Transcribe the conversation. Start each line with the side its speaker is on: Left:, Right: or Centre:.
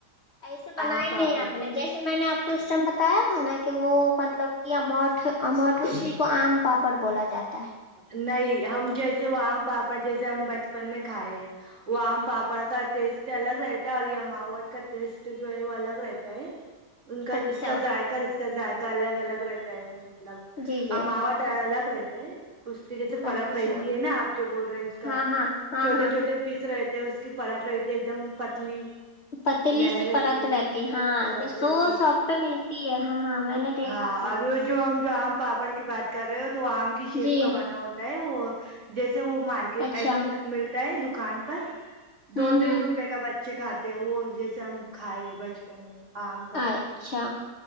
Left: ایسے بنائے
Right: آم پاپڑ
Left: نہیں آپ نے جیسے میں نے آپ کو اسٹم بتایا تھا نا کہ وہ مطلب کہ اموٹھ اموٹھ اسی کو آم پاپڑ بولا جاتا ہے
Right: نہیں ہم جیسے وہ آم پاپڑ جیسے ہم بچپن میں کھائے وہ آم پاپڑ کا ٹیسٹ الگ رہتا ہے اور ماوٹ کا ٹیسٹ جو ہے وہ الگ رہتا ہے ان
Left: ہے
Right: کا
Left: اچھا
Right: اس کا ذائقہ کا ذائقہ الگ الگ رہتا ہے مطلبمواٹا
Left: جی جی
Right: الگ رہے <inaudible> اس کی جیسے پرت
Left: اچھا
Right: رہتی ہے نا آپ جو بول رہے ہیں اس کا
Left: ہاں ہاں ہاں
Right: چھوٹے
Left: ہاں
Right: چھوٹے فیس رہ ے اس کی پرت رہی تھی ایک دم پتلی
Left: پتلی
Right: لہر
Left: سی پرت
Right: ہے،
Left: رہتی ہاں
Right: پرت رہتی
Left: سو شاپ پہ ملتی ہے ہاں ہاں میں نے دیکھا
Right: ہاں
Left: تھا
Right: اور جو ہم جو آم پاپڑ کی بات کر رہے ہو تو آم کی شیپ
Left: جی
Right: کا بنا ہوتا ہے وہ جیسے وہ مارکیٹ
Left: اچھا
Right: ایسے ملتا ہے د دکان پر دو
Left: ہوں ہوں
Right: تین روپئے کا بچہ بچے کھاتے ہیں وہ جیسے ہم کھائے بچپن میں آم کا
Left: اچھا